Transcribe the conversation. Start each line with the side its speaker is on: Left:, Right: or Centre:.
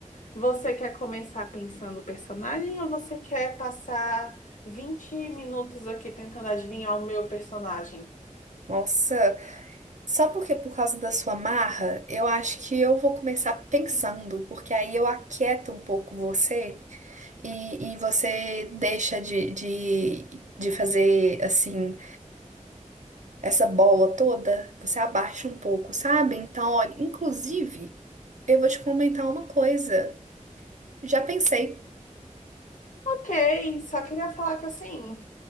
Left: Você quer começar pensando o personagem ou você quer passar 20 minutos aqui tentando adivinhar o meu personagem?
Right: Nossa, Só porque por causa da sua marra, eu acho que eu vou começar pensando, porque aí eu aquieto um pouco você e, e você deixa de, de, de fazer assim, essa bola toda, você abaixa um pouco, sabe? Então, olha, inclusive, eu vou te comentar uma coisa. Já pensei,
Left: Ok, só queria falar que assim,